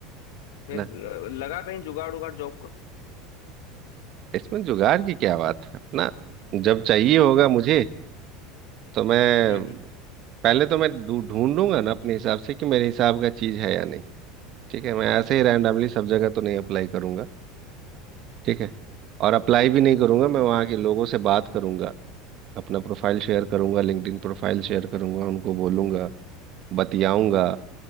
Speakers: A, on the left (about 80°); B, on the right (about 50°).
A: फिर
B: ना
A: अ, लगा कहीं जुगाड़ उगाड़ जॉब को
B: इसमें जुगाड़ की क्या बात है ना जब चाहिए होगा मुझे तो मैं
A: हम्म हम्म
B: पहले तो मैं ढू- ढूंढूंगा ना अपने हिसाब से कि मेरे हिसाब का चीज है या नहीं ठीक है मैं ऐसे ही रैंडमली सब जगह तो नहीं
A: हाँ,
B: अप्लाई करूंगा ठीक है और अप्लाई भी नहीं करूंगा
A: सही
B: मैं वहाँ
A: हाँ
B: के लोगों से बात करूंगा अपना प्रोफाइल शेयर करूंगा लिंक्डइन प्रोफाइल शेयर करूंगा उनको बोलूंगा बतियाऊंगा